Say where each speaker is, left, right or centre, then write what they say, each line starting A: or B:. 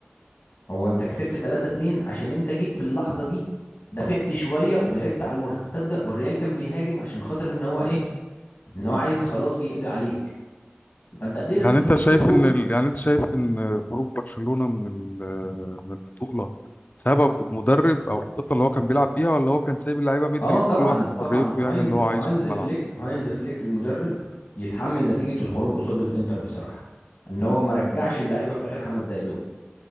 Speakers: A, on the left; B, on the left.
A: هو انت كسبت 3-2 عشان انت جيت في اللحظه دي دافعت شويه ولعبت على المرتده والريال كان بيهاجم عشان خاطر ان هو ايه ان هو عايز خلاص يقضي عليك فانت قدرت
B: يعني
A: ان
B: انت
A: انت
B: شايف
A: تجيب جول
B: ان ال... يعني انت شايف ان خروج برشلونة من ال... من البطولة سبب المدرب او الخطة اللي هو كان بيلعب بيها ولا هو كان سايب اللعيبة مدي
A: اه
B: لكل
A: طبعا
B: واحد حريته
A: طبعا
B: يعمل
A: هاينز
B: اللي هو عايزه
A: هاينز
B: في الملعب
A: فليك هاينز فليك المدرب يتحمل نتيجة الخروج قصاد الانتر بصراحة ان هو ما رجعش اللعيبة في اخر خمس دقايق دول